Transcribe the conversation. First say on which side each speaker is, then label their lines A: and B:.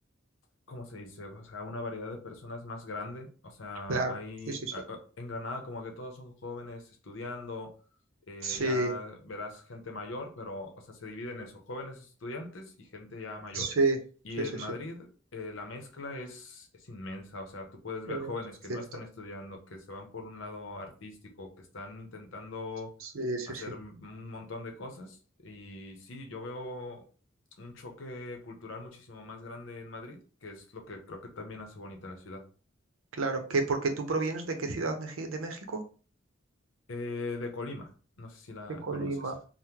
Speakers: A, on the left (about 70°); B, on the right (about 85°).
A: ¿cómo se dice? O sea, una variedad de personas más grande. O sea,
B: Claro,
A: hay
B: sí, sí, sí.
A: a- a- en Granada como que todos son jóvenes estudiando, eh,
B: Sí,
A: ya verás gente mayor, pero, o sea, se dividen en eso, jóvenes estudiantes y gente ya mayor.
B: sí,
A: Y
B: sí,
A: en
B: sí,
A: Madrid
B: sí,
A: eh, la mezcla es, es inmensa. O sea, tú puedes ver
B: es
A: jóvenes que
B: cierto.
A: no están estudiando, que se van por un lado artístico, que están intentando
B: Sí, sí,
A: hacer
B: sí,
A: un montón de cosas. Y sí, yo veo un choque cultural muchísimo más grande en Madrid, que es lo que creo que también hace bonita la ciudad.
B: claro. Que Porque tú provienes de qué ciudad Meji- de México?
A: Eh, de Colima, no sé si la
B: De Colima.
A: conoces.